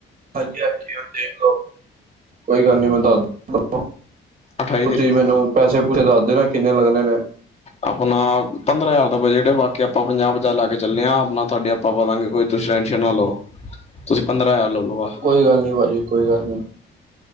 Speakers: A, on the right (about 45°); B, on the left (about 35°).
A: ਹਾਂਜੀ-ਹਾਜੀ, ਤੁਸੀਂ ਦੇਖ ਲਿਓ ਕੋਈ ਗੱਲ ਨੀ ਮੈਂ ਦੱਸ ਦਿੰਦਾ ਤੁਹਾਨੂੰ।
B: ਅਠਾਈ
A: ਤੁਸੀਂ
B: ਤਰੀਕ
A: ਮੈਨੂੰ ਪੈਸੇ ਪੂਸੇ ਦੱਸ ਦੇਨਾ ਕਿੰਨੇ ਲੱਗਣੇ ਨੇ,?
B: ਆਪਣਾ ਪੰਦਰਾਂ ਹਜ਼ਾਰ ਦਾ ਬਜਟ ਹੈ, ਬਾਕੀ ਆਪਾਂ ਪੰਜਾਹ ਪੰਜਾਹ ਲਾ ਕੇ ਚੱਲੇ ਹਾਂ ਆਪਣਾ ਤੁਹਾਡੇ। ਆਪਾਂ ਦਾਂਗੇ ਕੋਈ ਤੁਸੀਂ ਟੈਂਨਸ਼ਨ ਨਾ ਲਓ। ਤੁਸੀਂ ਪੰਦਰਾਂ ਹਜ਼ਾਰ ਲੈ ਲਓ ਬਸ।
A: ਕੋਈ ਗੱਲ ਨਹੀਂ ਭਾਜੀ ਕੋਈ ਗੱਲ ਨਹੀਂ,।